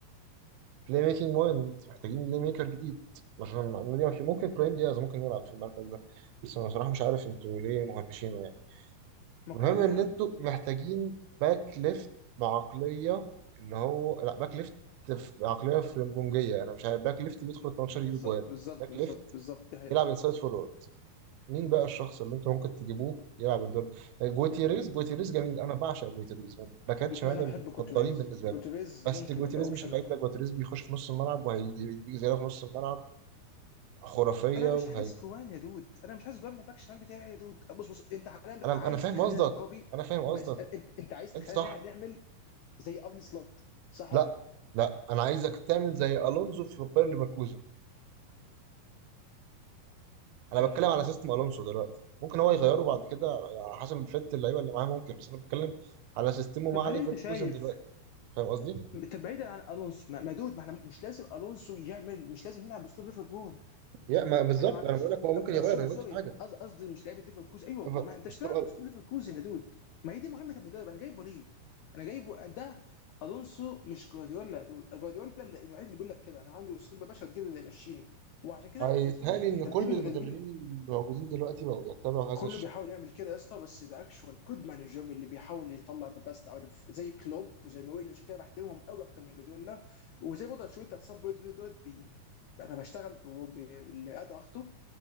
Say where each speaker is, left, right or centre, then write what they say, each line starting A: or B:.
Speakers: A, on the right; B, on the left.
A: بلاي ميكنج مايند محتاجين بلاي ميكر جديد عشان المعلومة دي ما في ممكن برايم دياز ممكن يلعب في المركز ده بس انا بصراحة مش عارف انتوا ليه مهمشينه يعني
B: ممكن
A: المهم
B: اقعد
A: ان
B: اقولها
A: انتوا محتاجين باك ليفت بعقلية ان هو لا باك ليفت ف- بعقلية فرنبونجية انا مش عارف باك ليفت بيدخل ال 18 يجيب
B: بالظبط
A: جوان
B: بالظبط
A: باك
B: بالظبط
A: ليفت
B: بالظبط دي حقيقة
A: يلعب انسايد فورورد مين بقى الشخص اللي انت ممكن تجيبوه يلعب الدور جوتيريز جوتيريز جميل انا بعشق جوتيريز من باكات
B: م-
A: شمال
B: ما انا
A: المفضلين
B: بحب جوتيريز
A: بالنسبه
B: جوتيريز
A: لي بس
B: ممكن
A: جوتيريز
B: يبقى اوبشن
A: مش اللعيب ده جوتيريز بيخش في نص الملعب وهيديك زياده في نص الملعب خرافيه
B: انا
A: وهي
B: مش عايز جوان يا دود انا مش عايز جوان من الباك الشمال بتاعي يا دود بص بص انت حاليا
A: انا
B: عايز
A: انا فاهم
B: تخلينا
A: قصدك
B: نكوبي
A: انا فاهم قصدك
B: ما اس- انت انت عايز
A: انت
B: نخلينا
A: صح
B: نع- نعمل زي ارن سلوت صح
A: لا
B: ولا لا؟
A: لا انا عايزك تعمل زي الونزو في باير ليفركوزن انا
B: مم.
A: بتكلم على سيستم الونسو دلوقتي ممكن هو يغيره بعد كده على حسب الفت اللعيبه اللي معاه ممكن بس انا بتكلم على سيستمه مع
B: طب هل
A: ليفركوزن
B: انت شايف
A: دلوقتي فاهم قصدي
B: طب بعيدا عن الونسو ما ما دود ما احنا مش لازم الونسو يعمل مش لازم يلعب باسلوب ليفربول
A: يا ما بالظبط
B: ما انت ما عندكش
A: انا بقول لك هو ممكن
B: ما
A: يغير
B: سوري
A: انا ما
B: سوري
A: قلتش حاجه
B: قص- قصدي مش لعيبه ليفركوزن ايوه ما
A: ف-
B: ما انت مش
A: الشغل-
B: هتلعب باسلوب ليفركوزن يا دود ما هي دي مهمه المدرب انا جايبه ليه؟ انا جايبه ده الونسو مش جوارديولا يا دود جوارديولا اللي- المعيد اللي بيقول لك كده انا عندي اسلوب يا باشا وتجيب لي اللي يمشيني وعشان كده
A: هيتهيألي
B: انا بالنسبه لي
A: ان
B: في ترتيب
A: كل
B: المدربين
A: المدربين الموجودين دلوقتي بقوا بيتبعوا هذا
B: كله
A: الشكل
B: بيحاول يعمل كده يا اسطى بس ذا اكشوال جود مانجر اللي بيحاول يطلع ذا بيست اوت اوف زي كلوب وزي مورينيو عشان كده بحترمهم قوي اكتر من جوارديولا وزي برضه انشيلوتي هتصاب بوينت دولت بي... انا بشتغل ب- ب- باللي قادر اخده